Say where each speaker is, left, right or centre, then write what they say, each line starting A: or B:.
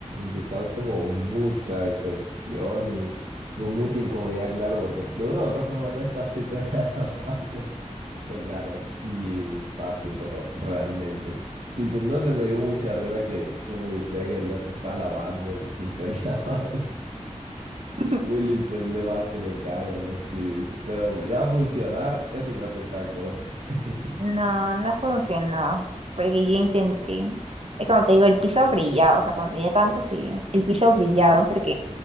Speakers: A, on the right; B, on the right.
A: quizás como mucha decepción y como mucha incomodidad, claro, porque de una u otra forma no está haciendo <laughs> nada malo, pero claro, sí está haciéndolo realmente. Y pues no se me dio mucha risa que, como decía, que los está lavando, los está <laughs> grabando.
B: <laughs>
A: Muy limpios de más que le quedaron los CDs. Pero ya funcionar, eso ya es otra cosa. <laughs>
B: No, no funcionó, porque yo intenté. Es como te digo, el piso brillaba, o sea, cuando tenía tanto, sí, el piso brillaba, porque